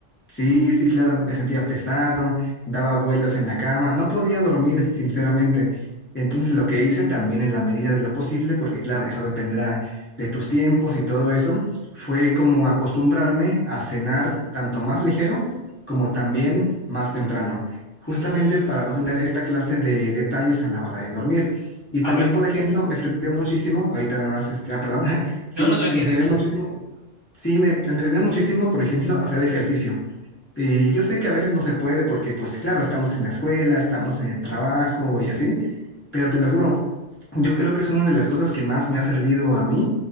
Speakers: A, on the left; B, on the right.
A: Sí, sí, claro,
B: Mm.
A: me sentía pesado, daba vueltas en la cama, no podía dormir, sinceramente. Entonces lo que hice también en la medida de lo posible, porque claro, eso dependerá de tus tiempos y todo eso, fue como acostumbrarme a cenar tanto más ligero como también más temprano, justamente
B: Mm.
A: para no tener esta clase de detalles a la hora de dormir. Y
B: Ahora...
A: también, por ejemplo, me sirvió muchísimo, ahorita nada más, este, ah, perdón, <laughs> sí,
B: No, no, tranqui,
A: me sirvió
B: tranqui.
A: muchísimo, sí, me, me sirvió muchísimo, por ejemplo, hacer ejercicio. Y yo sé que a veces no se puede porque, pues claro, estamos en la escuela, estamos en el trabajo y así, pero te lo juro, yo creo que es una de las cosas que más me ha servido a mí